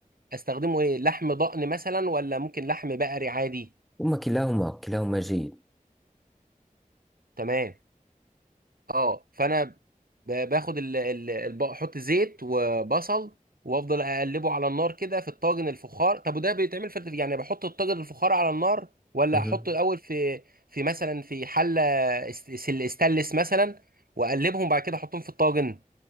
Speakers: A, on the right; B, in the centre.
A: استخدمه ايه لحم ضأن مثلا ولا ممكن لحم بقري عادي
B: هما كلاهما كلاهما جيد
A: تمام اه فانا ب- باخد ال... ال... الب- احط زيت وبصل وافضل اقلبه على النار كده في الطاجن الفخار طب وده بيتعمل في يعني بحط الطاجن الفخار على النار ولا
B: مهم.
A: احطه الاول في في مثلا في حله است- ستانلس مثلا واقلبهم بعد كده احطهم في الطاجن